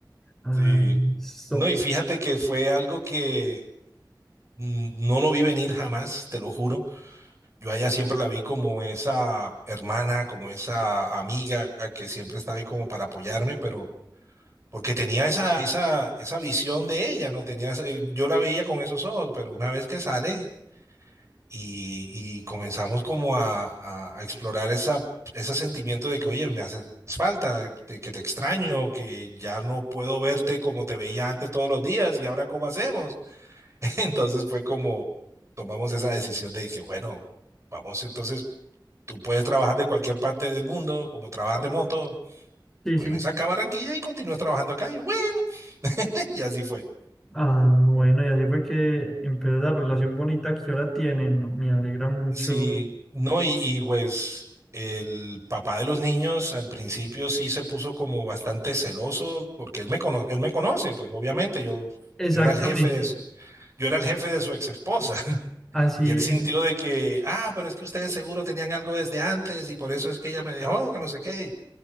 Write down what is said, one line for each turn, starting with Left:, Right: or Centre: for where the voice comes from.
Centre: Ah,
Right: Sí.
Centre: so-
Right: No, y fíjate que fue algo que mm, no lo vi venir jamás, te lo juro. Yo a ella siempre la vi como esa hermana, como esa amiga que siempre estaba ahí como para apoyarme, pero porque tenía esa, esa, esa visión de ella, ¿no? Tenía, ese- yo la veía con esos ojos, pero una vez que sale y, y comenzamos como a, a- a explorar esa, ese sentimiento de que, oye, me haces falta, te- que te extraño, que ya no puedo verte como te veía antes todos los días y ahora cómo hacemos. <laughs> Entonces fue como tomamos esa decisión de que, bueno, vamos, entonces tú puedes trabajar de cualquier parte del mundo, como trabajas remoto,
Centre: Sí,
Right: puedes
Centre: sí.
Right: acá a Barranquilla y continúas trabajando acá. Y yo, bueno, <laughs> y así fue.
Centre: Ah, bueno, y así fue que empezó la relación bonita que ahora tienen. Me alegra mucho.
Right: Sí, no, y, y pues el papá de los niños al principio sí se puso como bastante celoso porque él me cono- él me conoce, pues obviamente yo,
Centre: Exactamente.
Right: yo era el jefe de su, yo era el jefe de su ex esposa <laughs>
Centre: Así
Right: y él sintió
Centre: es.
Right: de que, ah, pero es que ustedes seguro tenían algo desde antes y por eso es que ella me dejó, que no sé qué.